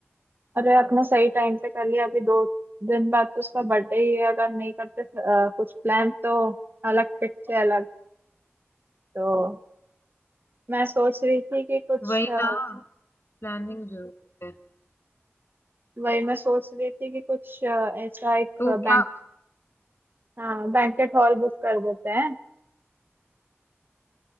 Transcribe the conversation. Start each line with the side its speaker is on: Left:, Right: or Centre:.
Right: अरे आपने सही टाइम पे कर लिया अभी दो दिन बाद तो उसका बर्थडे ही है अगर नहीं करते अ, कुछ प्लान तो अलग पिट से अलग तो मैं सोच रही थी कि कुछ
Left: वही
Right: अ,
Left: ना प्लानिंग जरूरी है
Right: वही मैं सोच रही थी कि कुछ अ, ऐसा एक
Left: तो
Right: बैंक
Left: क्या
Right: हाँ बैंकेट हॉल बुक कर देते हैं